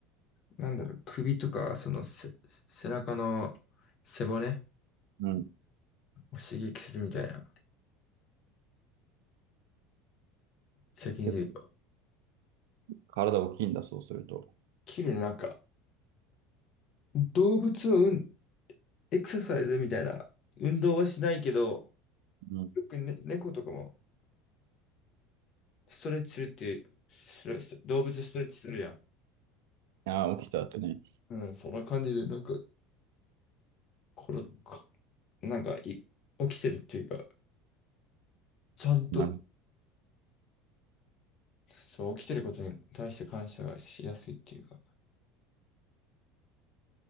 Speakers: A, on the left; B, on the right.
A: なんだろう、首とか、そのせ背中の背骨
B: うん。
A: を刺激するみたいな。責任で
B: 結構体大きいんだ、そうすると。
A: 切るなんか、動物をうん、エクササイズみたいな、運動はしないけど、
B: うん。
A: よく、ね、猫とかもストレッチするっていう、ストレス動物ストレッチするやん。
B: ああ、起きた後ね。
A: うん、そんな感じで、なんか、これ、かなんかい、起きてるっていうか、ちゃんと、
B: な
A: そう、起きてることに対して感謝がしやすいっていうか、